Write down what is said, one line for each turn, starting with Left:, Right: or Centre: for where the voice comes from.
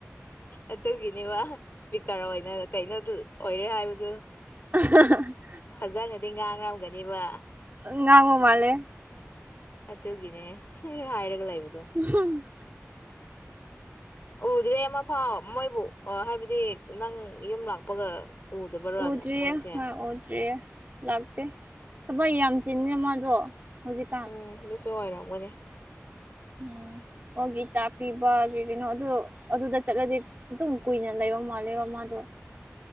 Left: ꯑꯗꯨꯒꯤꯅꯦꯕ ꯏꯁꯄꯤꯀꯔ ꯑꯣꯏꯅ ꯀꯩꯅꯣ ꯑꯣꯏꯔꯦ ꯍꯥꯏꯕꯗꯨ
Right: <inaudible>
Left: ꯐꯖꯅꯗꯤ ꯉꯥꯡꯔꯝꯒꯅꯦꯕ
Right: ꯉꯥꯡꯕ ꯃꯥꯂꯦ
Left: ꯑꯗꯨꯒꯤꯅꯦ ꯍꯥꯏꯔꯒ ꯂꯩꯕꯗꯣ
Right: ꯍꯨꯝ
Left: ꯎꯗ꯭ꯔꯦ ꯑꯃ ꯐꯥꯎ ꯃꯣꯏꯕꯨ ꯍꯥꯏꯕꯗꯤ ꯅꯪ ꯌꯨꯝ ꯂꯥꯛꯄꯒ ꯎꯗꯕꯔꯥꯅꯦ
Right: ꯎꯗꯔꯤꯌꯦ
Left: ꯃꯣꯏꯁꯦ
Right: ꯍꯣꯌ ꯎꯗꯔꯤꯌꯦ ꯂꯥꯛꯇꯦ ꯊꯕꯛ ꯌꯥꯝ ꯆꯤꯅꯤꯅ ꯃꯥꯗꯣ ꯍꯧꯖꯤꯛ
Left: ꯎꯝ ꯑꯗꯨꯁꯨ ꯑꯣꯏꯔꯝꯒꯅꯤ
Right: ꯎꯝ ꯑꯣꯒꯤ ꯆꯥꯛ ꯄꯤꯕ ꯀꯩ ꯀꯩꯅꯣ ꯑꯗꯨ ꯑꯗꯨꯗ ꯆꯠꯂꯗꯤ ꯑꯗꯨꯝ ꯀꯨꯏꯅ ꯂꯩꯕ ꯃꯥꯜꯂꯦꯕ ꯃꯥꯗꯣ